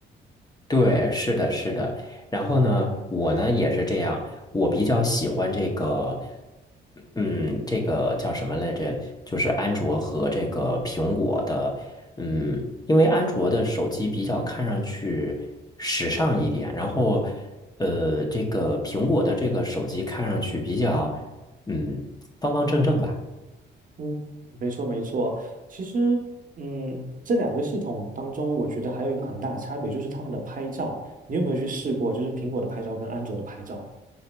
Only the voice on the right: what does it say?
嗯，没错没错。其实，嗯，这两个系统当中，我觉得还有一个很大的差别就是他们的拍照。你有没有去试过，就是苹果的拍照跟安卓的拍照？